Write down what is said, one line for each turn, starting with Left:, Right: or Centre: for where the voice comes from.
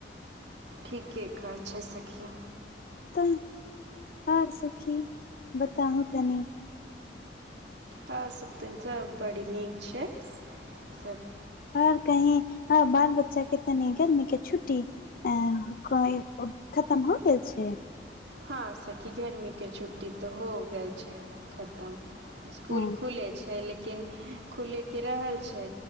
Right: ठीके कहै छै सखी
Left: तऽ आउर सखी बताउ तनी
Right: हँ सतप <unintelligible> सँ बड़ी नीक छै सब
Left: और कही आ बाल बच्चा के तनी गर्मी के छुटी अ खतम भऽ गेल छै।
Right: हँ सखी, गर्मीक छुट्टी तऽ हो गेल छै खतम इसकुल
Left: हँ
Right: खुले छै लेकिन के खुलैके रहल छै